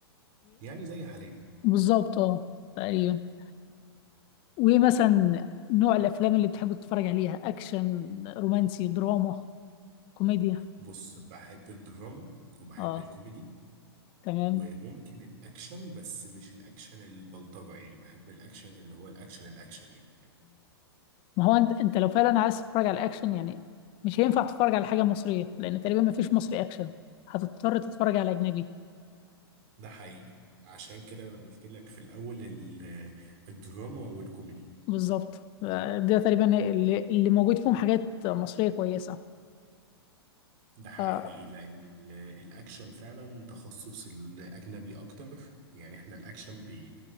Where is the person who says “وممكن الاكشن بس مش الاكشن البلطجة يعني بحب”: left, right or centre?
Right